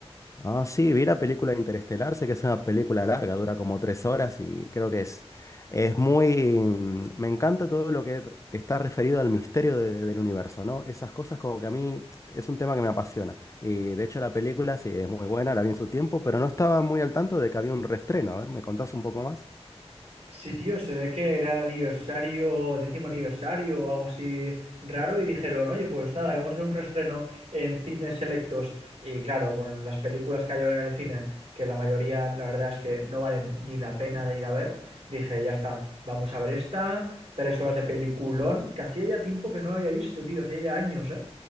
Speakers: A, on the left (about 30°); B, on the right (about 70°).
A: Ah, sí, vi la película Interestelar, sé que es una película larga, dura como tres horas y creo que es, es muy... Me encanta todo lo que r- está referido al misterio de- del universo, ¿no? Esas cosas como que a mí es un tema que me apasiona. Y de hecho la película sí es muy buena, la vi en su tiempo, pero no estaba muy al tanto de que había un reestreno. A ver, ¿me contás un poco más?
B: Sí, tío, se ve que era el aniversario, décimo aniversario o algo así raro y dijeron, oye, pues nada, que vamos a hacer un reestreno en cines selectos. Y claro, con las películas que hay ahora en el cine, que la mayoría, la verdad es que no valen ni la pena de ir a ver, dije, ya está, vamos a ver esta, tres horas de peliculón, que hacía ya tiempo que no la había visto, tío, hacía ya años, ¿eh?